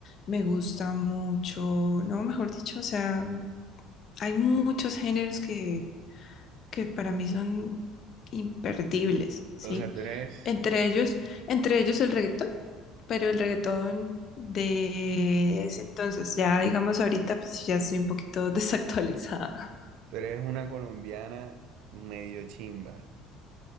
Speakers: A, on the left; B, on the right.
A: me gusta mucho, no, mejor dicho, o sea, hay muchos géneros que, que para mí son imperdibles, ¿sí?
B: O sea, tú eres,
A: Entre
B: tú eres
A: ellos, entre ellos el reggaetón, pero el reggaetón de ese entonces, ya digamos ahorita, pues ya estoy un poquito <laughs> desactualizada,
B: tú eres una colombiana medio chimba.